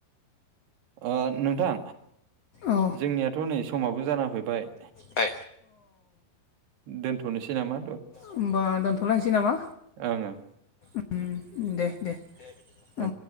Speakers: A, on the right; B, on the left.
A: ओ नोंथां
B: औ
A: जोंनियाथ' नै समाबो जाना फैबाय।
B: अ।
A: दोनथ'नोसै नामा?
B: होमबा दोनथ'लायनोसै नामा‍?
A: ओं
B: उम दे दे।
A: ओं
B: औ।